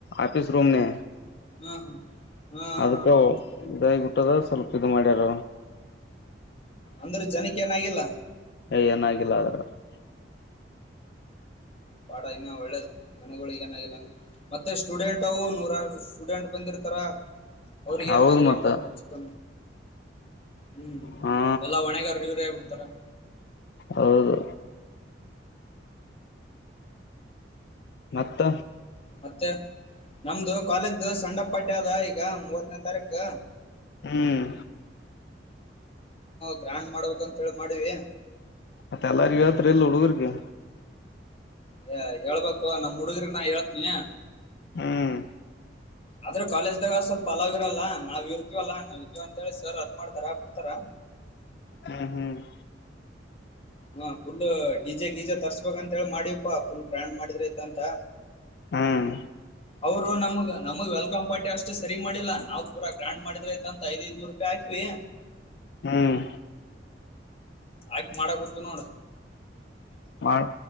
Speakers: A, on the left; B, on the left.
A: ಆಫೀಸ್ ರೂಮ್ನೆ
B: ಹಾ ಹಾ
A: ಅದಕ್ಕ
B: ಹಾ ಹಾ
A: ಇದ ಟ್ಟದ ಸ್ವಲ್ಪ ಇದು ಮಾಡ್ಯಾರ
B: ಅಂದ್ರ ಜನಕ್ಕೆ ಏನಾಗಿಲ್ಲ
A: ಏನು ಆಗಿಲ್ಲ ಅದು ಎನು ಇಲ್ಲ
B: ಪಾಡ ಇನ್ನ ಒಳ್ಳೇದು ಜನಗಳಿಗೆ ಬ ಮತ್ತೆ ಸ್ಟೂಡೆಂಟ್ ಅವು ನೂರ್ಟ ಡಂಟ್ ಬಂದಿರ್ತಾರ ಅವ್ರಿಗೆ
A: ಹೌದು
B: ಏನಾದ್ರೆ
A: ಮತ್ತ
B: ಏನ್ ಮಾಡ್ತೇವ ಚಕ್ಕ ಹ್ಮ್
A: ಹಾ
B: ಎಲ್ಲಾ ಹೊಣೆಗಾರರು ಇವರ ಹೇಬಿಡ್ತಾರ
A: ಹೌದು ಮತ್ತ
B: ಮತ್ತೆ ನಮ್ದು ಕಾಲೇಜ್ದು ಸೆಂಡ್ ಅಪ್ ಪಟ್ಟ್ಯ ಅದ ಈಗ ಮೂವತ್ತನೇ ತಾರೀಕು
A: ಹ್ಮ್
B: ಗ್ರಾಂಡ್ ಮಾಡ್ಬೇಕಕ್ಂತ ಹೇಳಿ ಮಾಡಿವಿ
A: ಮತ್ತೆ ಎಲ್ಲರಿಗೂ ಹೇಳುತ್ತಿರಲಿ ಹುಡುಗರಿಗೆ
B: ಏ ಹೇಳ್ಬೇಕು ನಮ್ ಹುಡಗ್ರಿ ನಾ ಹೇಳ್ತನಿ
A: ಹ್ಮ್
B: ಆದ್ರೆ ಕಾಲೇಜ್ದಾಗ ಸ್ವಲ್ಪ ಹಲಾವ್ ಇರಲ್ಲ ನಾವ್ ಇರ್ತವಲ್ಲಾ ನಾವ ಇದ್ವಿ ಅಂತ ಹೇಳಿ ಸರ್ ಅದ್ ಮಾಡ್ತಾರ ಬಿಡ್ತಾರ
A: ಹ್ಮ್ ಹ್ಮ್
B: ಹಾ ಫುಲ್ ಡಿಜೆ ಗೀಜೆ ತರ್ಸ್ಬೇಕ ಅಂತ ಹೇಳಿ ಮಾಡ್ಯಪ್ಪಾ ಫುಲ್ ಗ್ರ್ಯಾಂಡ್ ಮಾಡಿದ್ರ ಐತಂತ
A: ಹ್ಮ್
B: ಅವರು ನಮಗ ನಮಗ ವೆಲ್ಕಮ್ ಪಟಿ ಅಷ್ಟು ಸರಿ ಮಾಡಿಲ್ಲ ನಾವು ಪೂರ ಗ್ರಾಂಡ್ ಮಾಡಿದ್ರಯ್ತ ಅಂತ ಐದ್ ಐದು ಇನೂರು ರೂಪಾಯಿ ಹಾಕ್ವಿ
A: ಹ್ಮ್
B: ಆಯ್ತ್ ಮಾಡಗುತ್ತು ನೋಡು
A: ಮಾಡ